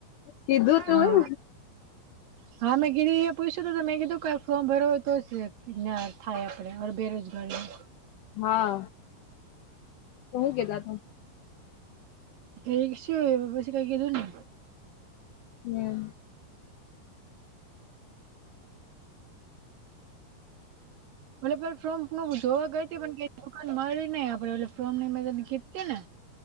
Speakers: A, on the left; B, on the right.
A: કીધું તું.
B: હા હા મેં ગીરીહી્યા પૂઇછુ તમેં કીધ કે ઉું ભર તો કયા થાય આપણેર બેરોજગારી
A: હા તો હું કેતા ત
B: ગઈ શ પછી કઈ કીધું ને
A: હમ
B: બલે ફોમ <unintelligible> જોવા ગતી પણ કઈ દુંકાન મળી નહી આપડે એટલે ફોર્મ નઈ મળને કીતી ને.